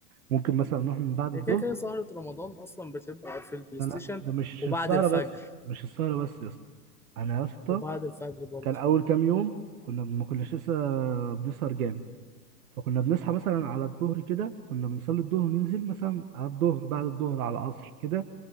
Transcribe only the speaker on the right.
ممكن مثلا نروح من بعد الظهر
انا
ده مش
السهره
بس مش السهره بس يا اسطى انا يا اسطى
كان اول كام يوم كنا ما كناش لسه بنسهر جامد فكنا بنصحى مثلا على الظهر كده كنا بنصلي الظهر وننزل مثلا على الظهر بعد الظهر على العصر كده